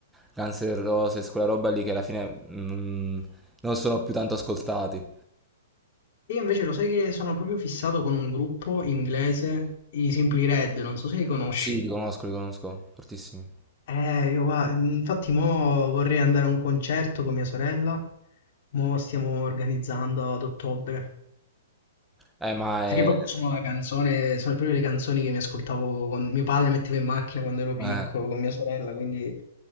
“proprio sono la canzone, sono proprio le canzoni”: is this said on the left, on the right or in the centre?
Left